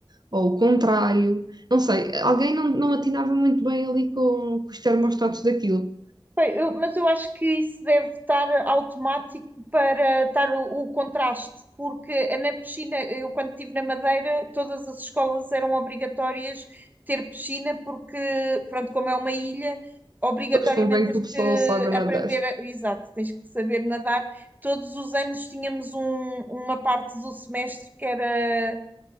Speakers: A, on the right (about 50°); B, on the right (about 20°).
A: ou o contrário. Não sei, alguém não, não atinava muito bem ali com, com os termostatos daquilo.
B: Bem, eu- mas eu acho que isso deve estar automático para estar o, o contraste, porque na piscina, eu quando estive na Madeira, todas as escolas eram obrigatórias ter piscina, porque, pronto, como é uma ilha, obrigatoriamente
A: Depois convém
B: tens
A: que o
B: que
A: pessoal saiba
B: aprender,
A: nadar.
B: a- exato, tens que saber nadar. Todos os anos tínhamos um- uma parte do semestre que era,